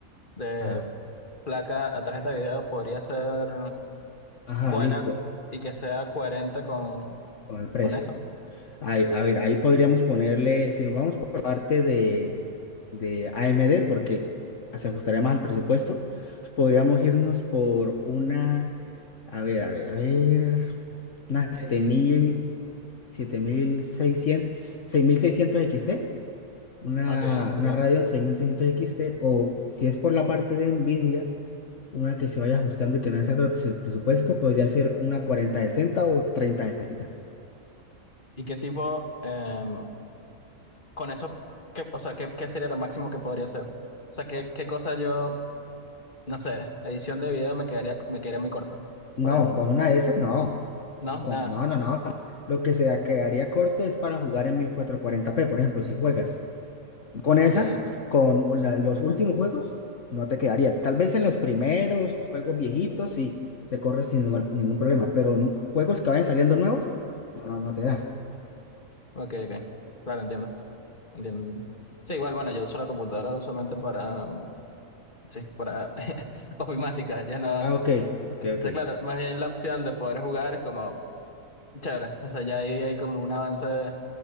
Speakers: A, on the left (about 35°); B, on the left (about 60°).
A: de
B: ajá,
A: placa a tarjeta de video podría ser
B: ajá,
A: buena
B: listo,
A: y que sea coherente con,
B: con el precio.
A: con eso?
B: Ahí- a ver, ahí podríamos ponerle, si nos vamos por la parte de, de AMD, porque se ajustaría más al presupuesto, podríamos irnos por una, a ver, a ver, a ver, una 7000, 7600, 6600 XT. una,
A: Ok, ok.
B: una Radeon 6600 XT o si es por la parte de Nvidia, una que se vaya ajustando y que no es algo del presupuesto, podría ser una cuarenta sesenta o treinta sesenta
A: ¿Y qué tipo? em, con eso, ¿qué, o sea, ¿qué, qué sería lo máximo que podría hacer? O sea, ¿qué, qué cosa yo, no sé, edición de video me quedaría, me quedaría muy corta,
B: No,
A: por ejemplo.
B: con una de esas no.
A: No,
B: No, con-
A: nada.
B: no, no. no. Lo que se quedaría corto es para jugar en mil cuatrocientos cuarenta p por ejemplo, si juegas con
A: Ok,
B: esa, con la- los últimos juegos, no te quedaría. Tal vez en los primeros juegos viejitos sí te corres sin ningún ningún problema, pero no- juegos que vayan saliendo nuevos, no, no te da.
A: ok, ok. Claro, entiendo, entiendo. Sí, igual, bueno, yo uso la computadora usualmente para, mm, sí, para <laughs> ofimática, ya no.
B: Ah,
A: O
B: ok, ok, ok.
A: sea, claro, más bien la opción de poder jugar es como chévere. O sea, ya ahí hay como un avance.